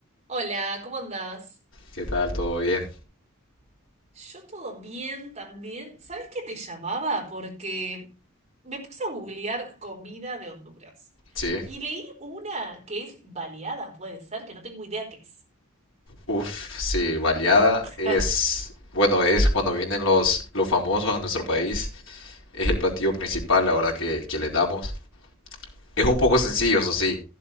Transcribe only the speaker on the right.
Hola, ¿cómo andás?
Yo todo bien también. ¿Sabes qué te llamaba? Porque me puse a googlear comida de Honduras
y leí una que es baleada, puede ser, que no tengo idea qué es.
<laughs>